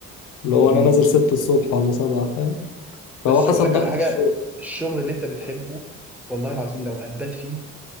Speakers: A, on the left; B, in the centre.
A: اللي هو
B: مم.
A: انا نازل ستة الصبح ولا سبعة فاهم فهو
B: بس
A: حسب
B: اقول لك
A: ضغط
B: على حاجه
A: الشغل
B: الشغل اللي انت بتحبه والله العظيم لو هتبات فيه